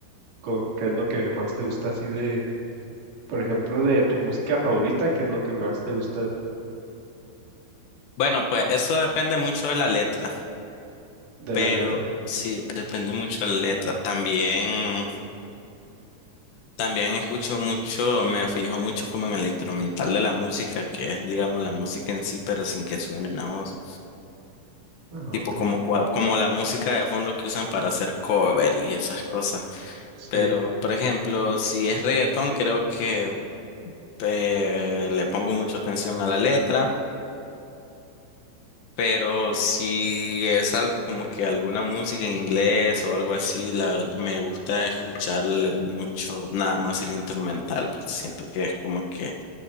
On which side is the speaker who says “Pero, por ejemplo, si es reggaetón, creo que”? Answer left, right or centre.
Left